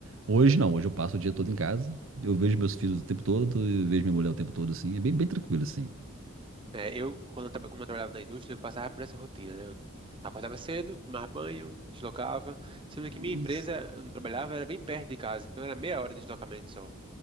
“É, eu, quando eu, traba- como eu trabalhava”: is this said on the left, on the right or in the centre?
Right